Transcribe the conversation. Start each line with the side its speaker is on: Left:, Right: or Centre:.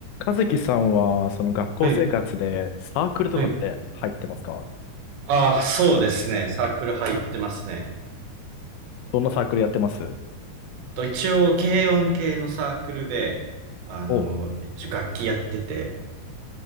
Left: 和樹さんは、その学校生活でサークルとかって入ってますか
Right: はい、はい。ああ、そうですね。サークル入ってますね。
Left: どんなサークルやってます
Right: と一応、軽音系のサークルで、あの、
Left: おう、
Right: 一応楽器やってて、